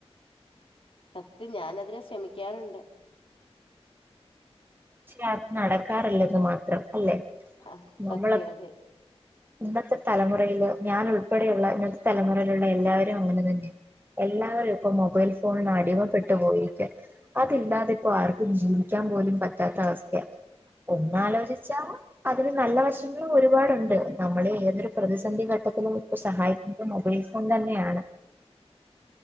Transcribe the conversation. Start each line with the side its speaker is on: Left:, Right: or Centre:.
Left: സത്യം, ഞാൻ അതിന് ശ്രമിക്കാറുണ്ട്.
Right: പക്ഷെ അത് നടക്കാറില്ലെന്ന് മാത്രം അല്ലെ?
Left: ആ സത്യം
Right: നമ്മളെ...
Left: അതെ
Right: ഇന്നത്തെ തലമുറയില് ഞാൻ ഉൾപ്പെടെയുള്ള ഇന്നത്തെ തലമുറയിലുള്ള എല്ലാവരും അങ്ങനെ തന്നെ. എല്ലാവരും. ഇപ്പൊ മൊബൈൽ ഫോണിന് അടിമപ്പെട്ടു പോയിരിക്ക, അതില്ലാതെ ഇപ്പോ ആർക്കും ജീവിക്കാൻ പോലും പറ്റ പറ്റാത്ത അവസ്ഥയാ, ഒന്ന് ആലോചിച്ചാ... അതിന് നല്ല വശങ്ങളും ഒരുപാടുണ്ട്. നമ്മള് ഏതൊരു പ്രതിസന്ധി ഘട്ടത്തിലും സഹായിക് <unintelligible> മൊബൈൽ ഫോൺ തന്നെയാണ്.